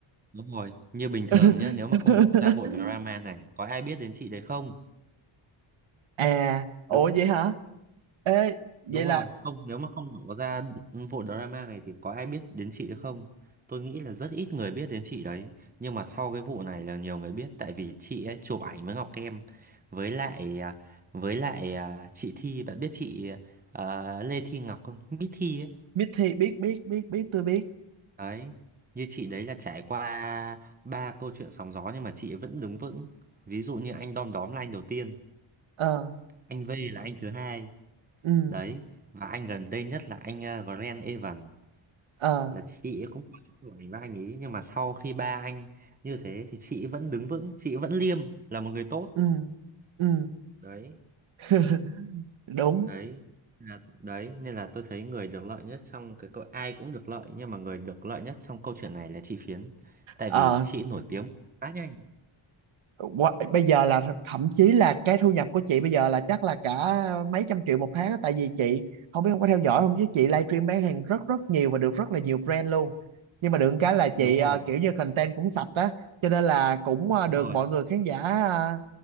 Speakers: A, on the right; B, on the right.
A: đúng rồi như bình
B: <laughs>
A: thường nhá nếu mà không nổ ra vụ drama này có ai biết đến chị đấy không
B: à ủa
A: đúng
B: vậy hả ê vậy
A: Đúng rồi,
B: là
A: không nếu mà không đổ ra vụ drama này thì có ai biết đến chị nữa không? Tôi nghĩ là rất ít người biết đến chị đấy. Nhưng mà sau cái vụ này là nhiều người biết tại vì chị ấy chụp ảnh với Ngọc Em với lại à, với lại à, chị Thi, bạn biết chị à, Lê Thi Ngọc không? Miss Thi ấy.
B: Mithy biết biết biết biết tôi biết
A: Đấy, như chị đấy là trải qua ba câu chuyện sóng gió nhưng mà chị ấy vẫn đứng vững. Ví dụ như anh Đom Đóm là anh đầu tiên,
B: ờ
A: anh V là anh thứ hai.
B: ừ
A: Đấy, và anh gần đây nhất là anh à, Grant Evan.
B: ờ
A: là chị ấy cũng có chung tuổi với anh ấy nhưng mà sau khi ba anh như thế thì chị ấy vẫn đứng vững chị ấy vẫn liêm là một người tốt
B: ừ ừ
A: đấy
B: <laughs> đúng
A: đấy là đấy nên là tôi thấy người được lợi nhất trong cái câu ai cũng được lợi nhưng mà người được lợi nhất trong câu chuyện này là chị Phiến tại
B: ờ
A: vì chị ấy nổi tiếng quá nhanh
B: Qua- bây giờ là thậm chí là cái thu nhập của chị bây giờ là chắc là cả mấy trăm triệu một tháng á, tại vì chị không biết không có theo dõi không chứ chị livestream bán hàng rất rất nhiều và được rất là nhiều brand luôn nhưng mà được cái là chị
A: đúng rồi
B: ờ, kiểu như content cũng sạch á cho nên là cũng ờ,
A: đúng
B: được
A: rồi
B: mọi người khán giả ờ,